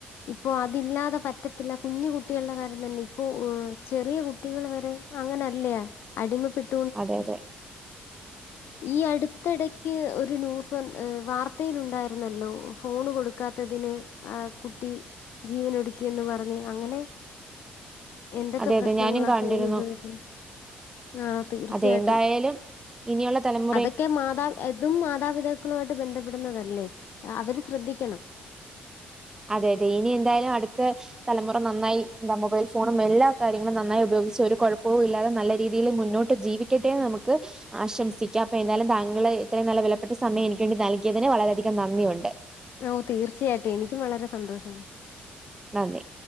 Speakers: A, on the left (about 65°); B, on the right (about 15°).
A: ഇപ്പോ അതില്ലാതെ പറ്റത്തില്ല. കുഞ്ഞു കുട്ടികളുടെ കാര്യം തന്നെ. ഇപ്പോ ചെറിയ കുട്ടികൾ വരെ അങ്ങനല്ലേ അടിമപ്പെട്
B: അതെയതെ
A: ഈ അടുത്തിടയ്ക്ക് ഒരു ന്യൂ സ് വാർത്തയിലുണ്ടായിരുന്നല്ലോ ഫോണ് കൊടുക്കാത്തതിന് കുട്ടി ജീവനൊടുക്കിയെന്ന് പറഞ്ഞ് അങ്ങനെ
B: <unintelligible>
A: എന്തൊക്കെ
B: അതെയതെ
A: പ്രശ്നങ്ങളാ
B: ഞാനും കണ്ടിരുന്നു.
A: ഫോൺ ഉപയോഗിച്ച് ആ തീർച്ചയായിട്ടും
B: അതെ എന്തായാലും ഇനിയുള്ള തലമു-
A: അതൊക്കെ മാതാ അതും മാതാപിതാക്കളുമായിട്ട് ബന്ധപ്പെടുന്നതല്ലേ? ആഹ് അവര് ശ്രദ്ധിക്കണം
B: അതെയതെ ഇനി എന്തായാലും അടുത്ത തലമുറ നന്നായി എന്താ? മൊബൈൽ ഫോൺ എല്ലാ കാര്യങ്ങളും നന്നായി ഉപയോഗിച്ച് ഒരു കൊഴപ്പവും ഇല്ലാതെ നല്ല രീതിയില് മുന്നോട്ട് ജീവിക്കട്ടേന്ന് നമുക്ക് ആശംസിക്കാം. അപ്പ എന്തായാലും താങ്കൾ ഇത്രയും നല്ല വിലപ്പെട്ട സമയം എനിക്ക് വേണ്ടി നൽകിയതിന് വളരെയധികം നന്ദിയൊണ്ട്.
A: ഓഹ് തീർച്ചയായിട്ടും. എനിക്കും വളരെ സന്തോഷമുണ്ട്.
B: നന്ദി